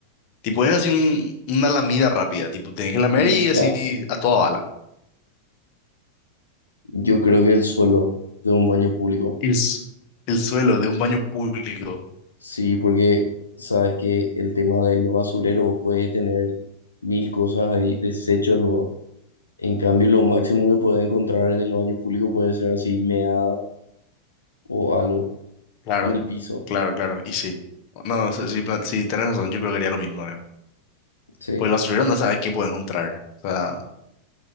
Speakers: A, on the left (about 40°); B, on the left (about 75°).
A: Tipo, es así un- una lamida rápida, tipo, tenés que lamer
B: Hija,
A: y así a toda bala.
B: yo creo que el suelo de un baño público.
A: El, s- el suelo de un baño público,
B: Sí, porque sabes que el tema del basurero puede tener mil cosas ahí, desechos luego. En cambio, lo máximo que puede encontrar en el baño público puede ser así, meada o algo
A: claro,
B: en el piso.
A: claro, claro, y sí. No, sí, sí, pa- sí, tenés razón, yo creo que haría lo mismo también.
B: Sí,
A: Pues el basurero no sabe qué puede encontrar, o sea,